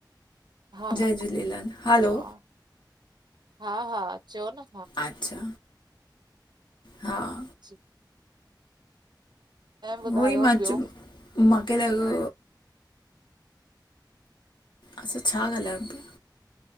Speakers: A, on the right; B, on the left.
A: हाँ-हाँ,
B: जय झूलेलाल हलो
A: ॿियो आं। हाँ-हाँ चओ न
B: अच्छा, हाँ।
A: जी। ऐं ॿुधायो
B: वोई मां
A: ॿियो
B: चयो, मांखे लॻो असां छा ॻाल्हायूं पिया?